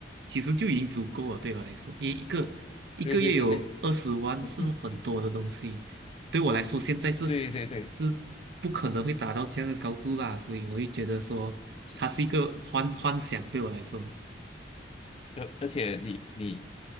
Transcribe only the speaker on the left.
对对对对，<clears throat>
对对对，
是，
而而且你你